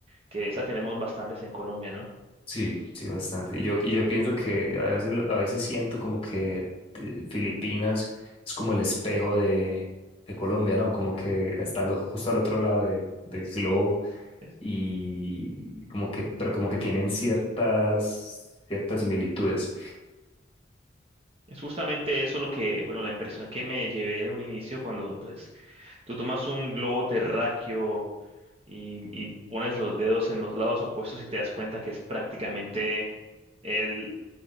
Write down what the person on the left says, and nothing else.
Sí, sí, bastante. Y yo, y yo pienso que a veces, lo- a veces siento como que eh, Filipinas es como el espejo de, de Colombia, ¿no? Como que está lo- justo al otro lado de- del globo
y como que, pero como que tienen ciertas, ciertas similitudes.